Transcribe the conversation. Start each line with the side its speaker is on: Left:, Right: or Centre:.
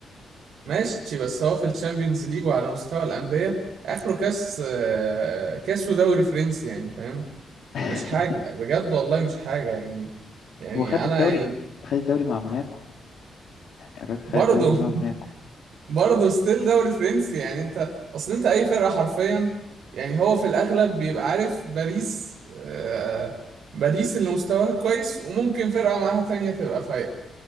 Right: ماشي بس هو في الشامبيونز ليج وعلى مستوى الأندية آخره كاس آه، كاس ودوري فرنسي يعني فاهم
Left: <laughs>
Right: مش حاجة بجد والله مش حاجة يعني يعني
Left: هو خد
Right: أنا
Left: الدوري
Right: يعني
Left: خد الدوري مع موناكو يعني الراجل خد
Right: برضه
Left: الدوري مع
Right: <laughs>
Left: موناكو
Right: برضه ستيل دوري فرنسي يعني أنت أصل أنت أي فرقة حرفيا يعني هو في الأغلب بيبقى عارف باريس آه، باريس اللي مستواها كويس وممكن فرقة معاها تانية تبقى فايقة